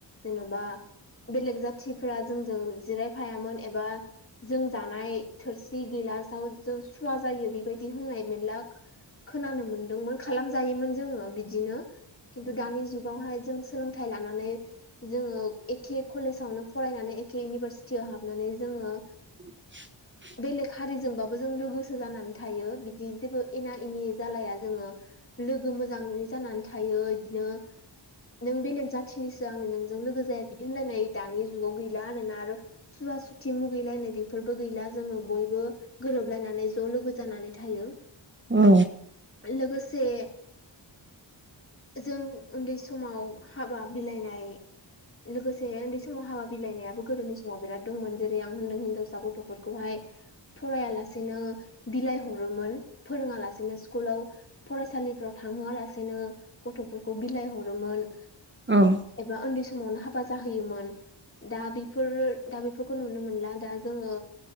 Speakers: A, on the left; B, on the right.
A: जेन'बा बेलेग जाथिफ्रा जोंजों जिरायफायामोन एबा जों जानाय थोरसि गिलासाव जों सुवा जायो बेबायदि होननाय मेरला खो खोनानो मोनदोंमोन खालामजायोमोन जोङो बिदिनो। खिन्थु दानि जुग गावहाय जों सोलोंथाइ लानानै जोङो एखे कलेजावनो फरायनानै एखे इउनिभारसिटियाव हाबनानै जोङो
B: <inaudible>
A: बेलेग हारि जोंबाबो जों लोगोसो जानानै थायो बिदि जेबो एना एनि जालाया जोङो। लोगो मोजाङै जानानै थायो इदिनो नों बेलेग जाथिनिसो आं नोंजों लोगो जाया बिदि होनलायनाय दानि जुगाव गैला आरोना। आरो सुवा सुथि मुगैलायनाय बि बो गैला जोङो बयबो गोरोबलायनानै ज' लोगो जानानै थायो।
B: औ।
A: लोगोसे जों उन्दै समाव हाबा बिलाइनाय। लोगोसे उन्दै समाव हाबा बिलाइनायाबो गोदोनि समाव बिराद दंमोन जेरै आं होनदों हिनजावसा गथ'फोरखौहाय फराया लासेनो बिलाइ हरोमोन, फोरोङा लासेनो स्कुलाव फरायसालिफ्राव थांहोआ लासेनो गथ'फोरखौ बिलाइ हरोमोन।
B: औ।
A: एबा उन्दै समावनो हाबा जाहोयोमोन, दा बेफोर दा बेफोरखौ नुनो मोनला दा जोङो